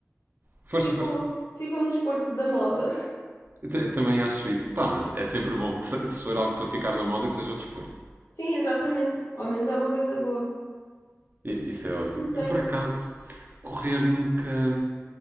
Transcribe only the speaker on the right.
força,
força.
Eu ta- também acho isso. Pá, mas é sempre bom que se, se for algo para ficar na moda, que seja o desporto.
I- Isso é ótimo.
Eu, por acaso, correr nunca.